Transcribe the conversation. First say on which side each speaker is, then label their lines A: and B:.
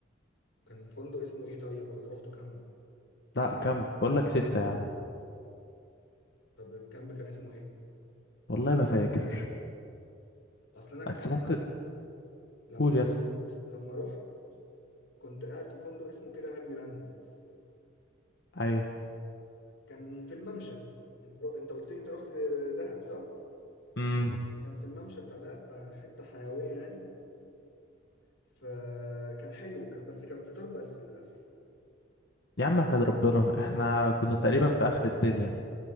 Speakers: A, on the left; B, on the left.
A: كان فندق اسمه ايه طيب ولا رحتوا كامب
B: لا كامب بقول لك ستة يا عم
A: طب الكامب كان اسمه ايه
B: والله ما فاكر
A: اصل انا ك...
B: بس ممكن
A: لما
B: قول
A: رحت
B: يس
A: لما رحت كنت قاعد في فندق اسمه كده هابي لاند
B: ايوه
A: كان في الممشى انت انت قلت لي انت رحت دهب صح
B: امم
A: كان في الممشى بتاع دهب فحته حيويه يعني فكان حلو كان بس كان فطار بس للاسف
B: يا عم احمد ربنا احنا كنا تقريبا في اخر الدنيا